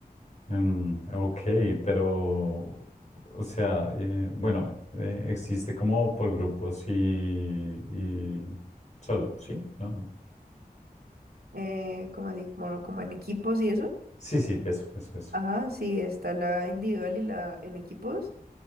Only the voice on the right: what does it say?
Eh, como así, bueno, como en equipos y eso.
Ajá, sí, está la individual y la en equipos.